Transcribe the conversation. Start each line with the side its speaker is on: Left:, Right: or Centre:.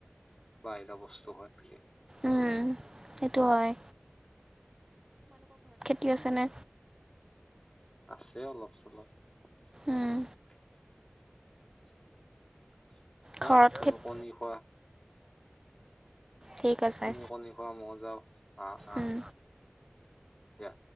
Left: বাহিৰা বস্তু খোৱাত কে।
Right: উম সেইটো হয় কি আছা নে?
Left: আছে অলপ চলপ। <unintelligible>
Right: উম,
Left: <unintelligible> যা
Right: ঘৰত
Left: তুমি
Right: খেতি
Left: কণী খোৱা।
Right: ঠিক আছে
Left: তুমি কণী খোৱা মই যাও আহ আহ।
Right: উম।
Left: দিয়া।